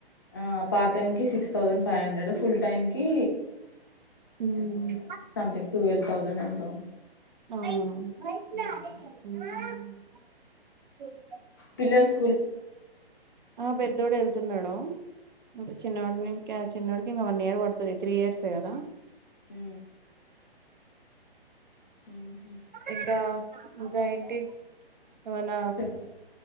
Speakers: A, on the left (about 20°); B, on the right (about 50°).
A: ఆ పార్ట్ టైమ్ కి six thousand five hundred full time కి
B: ఉమ్
A: ఎంతో ఉన్నాయి సంథింగ్ ట్వెల్వ్ థౌజండ్ ఎంతో
B: అవ్నా
A: ఉమ్ పిల్లల్స్
B: ఆ పెద్దోడు ఎళ్తున్నాడు ఇంక చిన్నోడిని క్య చిన్నోడికి వన్ ఇయర్ పడుతది త్రీ ఇయర్సే కదా
A: ఉ ఉహు
B: ఇంకా ఇంకా ఏంటి ఏమన
A: చెప్ప